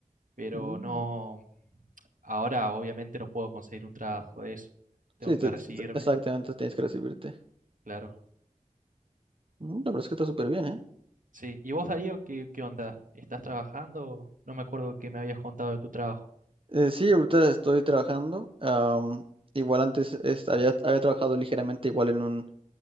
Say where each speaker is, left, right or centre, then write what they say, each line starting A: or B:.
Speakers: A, on the right (about 80°); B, on the right (about 40°).
A: pero
B: Mm.
A: no, ahora obviamente no puedo conseguir un trabajo de eso. Tengo
B: Sí, te-
A: que recibirme,
B: te- te- exactamente, tienes que recibirte.
A: claro.
B: Mm, La verdad es que está súper bien, ¿eh?
A: Sí, ¿y vos, Darío, qué, qué onda? ¿Estás trabajando? No me acuerdo que me habías contado de tu trabajo.
B: Eh, sí, ahorita estoy trabajando. am, igual antes es- había, había trabajado ligeramente igual en un,